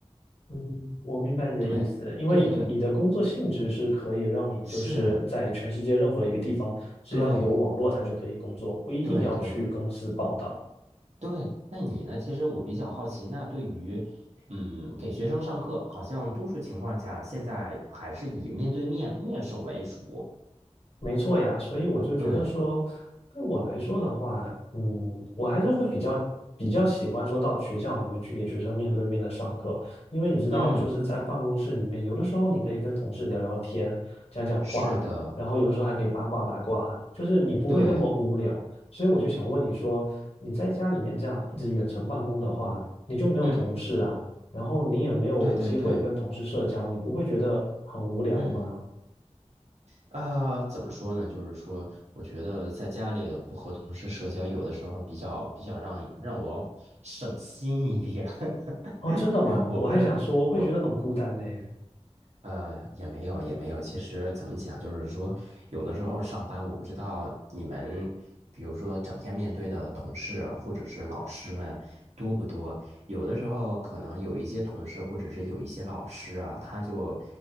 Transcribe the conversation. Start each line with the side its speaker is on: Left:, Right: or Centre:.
Left: 嗯，我明白你的意思，
Right: 对对对，
Left: 因为你的工作性质是可以让你就是在全世界任何一个地方，
Right: 是，
Left: 只要有网络，
Right: 对
Left: 它就可以工作，不一定要去公司报道。
Right: 对对。对，那你呢？其实我比较好奇，那对于，嗯，给学生上课，好像多数情况下现在还是以面对面面授为主。
Left: 没错呀，所以我就觉得说，
Right: 对，
Left: 对我来说的话，嗯，我还是会比较比较喜欢说到学校里面去给学生面对面的上课，因为你知道，
Right: 嗯，
Left: 就是在办公室里面，有的时候你可以跟同事聊聊天、讲讲话，
Right: 是的，
Left: 然后有的时候还可以八卦八卦，就是你不会那么无聊。
Right: 对，
Left: 所以我就想问你说，你在家里面这样一直远程办公的话，你就没有同事啊，
Right: 嗯，
Left: 然后你也没有机会跟同事社交，
Right: 对对对，
Left: 你不会觉得很无聊吗？
Right: 嗯，啊、怎么说呢？就是说，我觉得在家里不和同事社交，有的时候比较比较让让我省心一点。
Left: 哦，
Right: <laughs>
Left: 真的吗？
Right: 我不知道，
Left: 我还想说，会觉得很孤单呢。
Right: 我呃，也没有，也没有。其实怎么讲，就是说，有的时候上班，我不知道你们，比如说整天面对的同事或者是老师们多不多？有的时候可能有一些同事或者是有一些老师啊，他就，